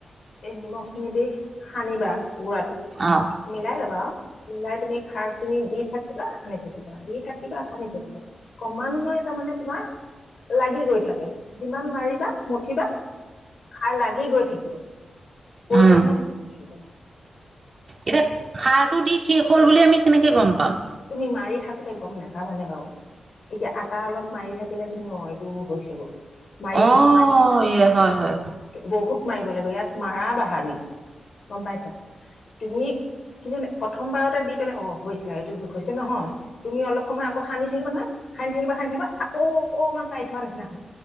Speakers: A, on the left; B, on the right.
A: এই নিমখ খিনি দি সানিবা গু়ড়াটো
B: অ
A: মিলাই লবা মিলাই তুমি খাৰ খিনি দি থাকিবা সানি থাকিবা দি থাকিবা <unintelligible> মান থ কিবা কমান নয় তাৰ মানে তোমা <unintelligible> লাগি গৈ থাকে যিমান মাৰিবা মঠিবা আৰু লাগি গৈ থাকিব প্ৰয়োজন
B: উম
A: হয়
B: এতিয়া সাৰ টো দি শেষ হ'ল বুলি আমি কেনেকে গ'ম পাম
A: তুমি মাৰি থাক <unintelligible> তে গম নোপাবা মানে বাৰু এতিয়া আটা অলপ মাৰি থাকিলে তুমি অ এইটো হৈছেগৈ <unintelligible> মাৰিছে
B: অ এ হয় হয়
A: বহুত মাৰিব লাগিব ইয়াত মাৰা বাহাদই <unintelligible> গম পাইছা তুমি কিন্তু প্ৰথমবাৰতে দি পেলাই অ হৈছো এইটো জ হৈছে নহয় তুমি অলপ সময় আকৌ সানি থাকিবা নহয় সানি থাকিবা খানি থাকিবা আকৌ অকণমান টাই থ হোৱা নিচনা হল